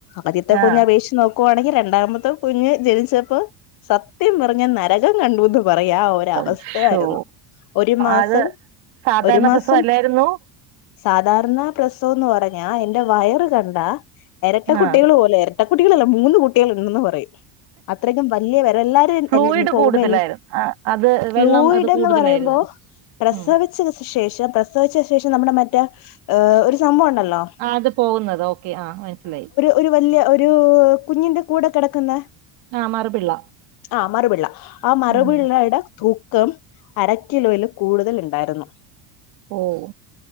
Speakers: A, on the left; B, on the right.
A: ആദ്യത്തെ
B: ആ
A: കുഞ്ഞ് അപേക്ഷിച്ച് നോ ക്കുവാണെങ്കി രണ്ടാമത്തെ കുഞ്ഞ് ജനിച്ചപ്പോ സത്യം പറഞ്ഞ നരകം കണ്ടൂന്ന് പറയാ ഒരവസ്ഥയായിരുന്നു
B: ഒ ശ്ശോ
A: ഒരു മാസം
B: അത് സാധാരണ
A: ഒരു മാസം
B: പ്രസവം അല്ലായിരുന്നു
A: സാധാരണ പ്രസവംന്ന് പറഞ്ഞാ എന്റെ വയറ് കണ്ടാ എരട്ട
B: ആ
A: കുട്ടികള് പോലെ എരട്ടക്കുട്ടികളല്ല മൂന്ന് കുട്ടികൾ ഉണ്ടെന്ന് പറയും അത്രയ്ക്കും വല്യ <unintelligible> എല്ലാരു
B: ഫ്ലൂയിഡ്
A: എല്ല ഇഞ് പോവുമ്പോ
B: കൂടുതലായിരുന്നു
A: എ
B: ആ, അത്
A: ഫ്ലൂയിഡ്
B: വെള്ളം അത് കൂടുതലായിരുന്നു
A: എന്ന് പറയുമ്പോ പ്രസവിച്ച
B: ഉം.
A: ശേഷം പ്രസവിച്ച ശേഷം നമ്മുടെ മറ്റേ ഒരു സംഭവം ഉണ്ടല്ലോ
B: ആ‌ അത് പോവുന്നത് ഓക്കെ ആ മൻസ്സിലായി
A: ഒരു വല്യ ഒരു കുഞ്ഞിന്റെ കൂടെ കെടക്കുന്ന
B: ആ മറുപിള്ള
A: ആ മറുപിള്ള ആ മറുപിള്ളയുടെ
B: ഉം.
A: തൂ ക്കം അരക്കിലോയില് കൂടുതൽ ഇണ്ടായിരുന്നു
B: ഓഹ്‌